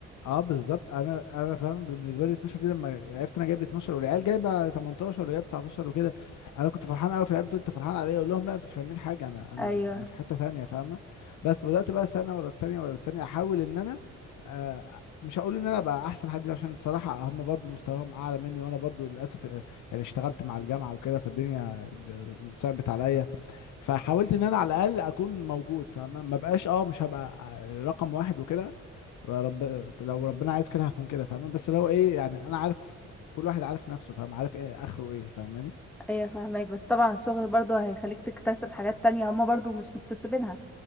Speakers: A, on the left; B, in the centre.
A: اه بالظبط انا انا فاهم بالنسبه لي 12 دي لما عرفت انا جايب 12 والعيال جايبه 18 ولا جايب 19 وكده انا كنت فرحان قوي في العيال بتقول انت فرحان عليا اقول لهم لا انتوا مش فاهمين حاجه انا انا
B: ايوه
A: انا في حته تانية فاهمه بس بدات بقى سنه ورا التانية ورا التانية احاول ان انا آه مش هقول ان انا بقى احسن حد عشان الصراحه هم برضو مستواهم اعلى مني وانا برضو للاسف آه، يعني اشتغلت مع الجامعه وكده فالدنيا د- صعبت عليا فحاولت ان انا على الاقل اكون موجود فاهمه ما بقاش اه مش هبقى آه، رقم واحد وكده رب... لو ربنا عايز كده هكون كده فاهم بس لو ايه يعني انا عارف كل واحد عارف نفسه فاهم عارف ايه اخره ايه فاهماني
B: ايوه فاهمك بس طبعا الشغل برضو هيخليك تكتسب حاجات تانية هما برضو مش مكتسبينها